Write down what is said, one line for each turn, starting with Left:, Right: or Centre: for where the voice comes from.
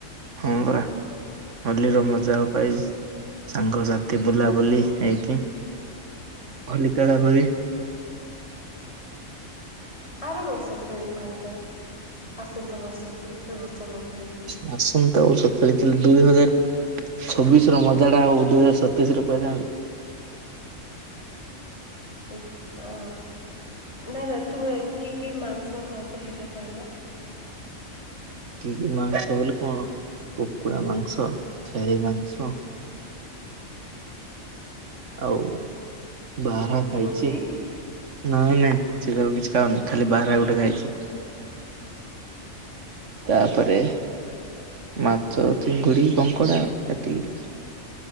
Right: ହଁ ପରା। ହୋଲିରେ ମଜା ଆଉ ପାଇବୁ ସାଙ୍ଗସାଥି ବୁଲାବୁଲି ହେଇକି ହୋଲି କେଳ ହୁଏ।
Left: ଆର ବର୍ଷ ଖେଳିଥାନ୍ତ ଆସନ୍ତା ବର୍ଷକୁ ଏ ବର୍ଷ ନ ଖେଳିକି।
Right: ହସ୍। ହ ତଉ ସଖଳିଥିଲ ଦୁଇ ହଜାର ଛବିଶ ର ମଜା ଟା ଆଉ ଦୁଇ ହଜାର ସତେଇଶରେ ପାଇଥାନ୍ତି।
Left: ଆଛା ନାଁଇ ନା ତୁମେ କି କି ମାଂସ ଖାଉଛ ହେଇଟା କହିଲ?
Right: କି କି ମାଂସ ବୋଲି କଣ କୁକୁଡ଼ା ମାଂସ ଛେଳି ମାଂସ ଆଉ ବାର୍ହା ଖାଇଛି।
Left: ଗୋଧି
Right: ନାଇଁ ନାଇଁ ସେସବୁ କିଛି ଖାଉନି ଖାଲି ବର୍ହା ଗୋଟେ ଖାଇଛି। ତାପରେ ମାଛ, ଚିଙ୍ଗୁଡି, କଙ୍କଡ଼ା ଆଉ ଏତିକି।